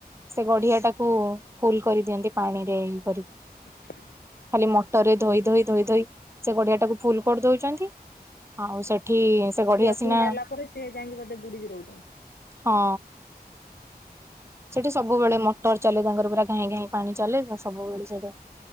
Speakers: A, on the right (about 15°); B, on the left (about 85°).
A: ସେ ଗଢିଆ ଟାକୁ ଫୁଲ କରିଦିଅନ୍ତି ପାଣିରେ ଇ କରିକି।
B: <inaudible>
A: ଖାଲି ମଟରରେ ଧୋଇ ଧୋଇ ଧୋଇ ଧୋଇ ସେ ଗଡିଆ ଟାକୁ ଫୁଲ କରିଦଉଛନ୍ତି ଆଉ ସେ ଏଠି ସେ
B: ଗଡ଼ିଆ
A: ଗଢି ଆସିନା
B: ଫୁଲ ହେଲା ପରେ ସେ ଯାଇକି ବୋଧେ ବୁଡ଼ିକି ରହୁଛନ୍ତି
A: ହଁ। ସେଠି ସବୁବେଳେ ମଟର ଚାଲେ ତାଙ୍କର ପୁରା ଘାଇଁ ଘାଇଁ ପାଣି ଚାଲେ ସବୁବେଳେ ସେଠି